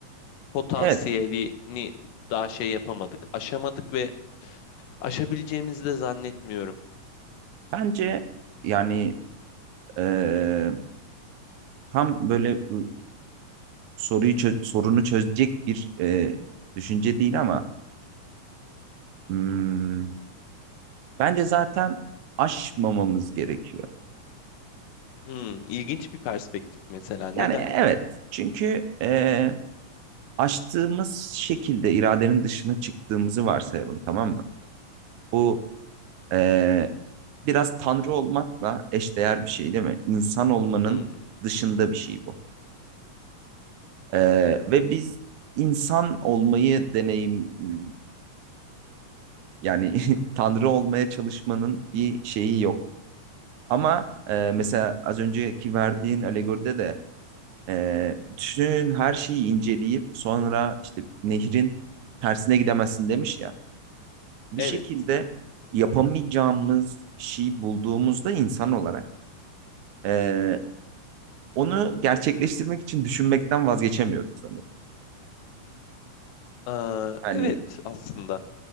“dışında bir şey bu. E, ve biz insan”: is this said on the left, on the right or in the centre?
Right